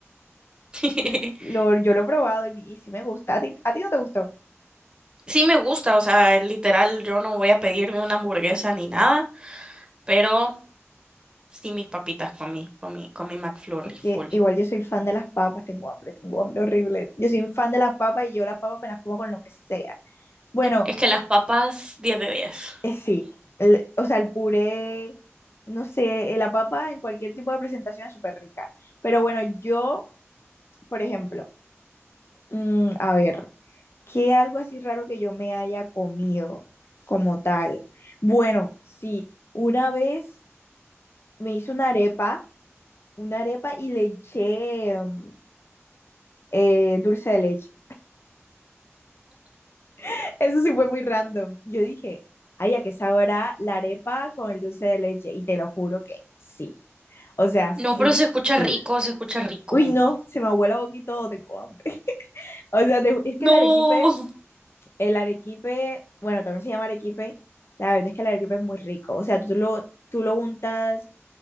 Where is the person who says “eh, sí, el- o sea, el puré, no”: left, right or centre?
Left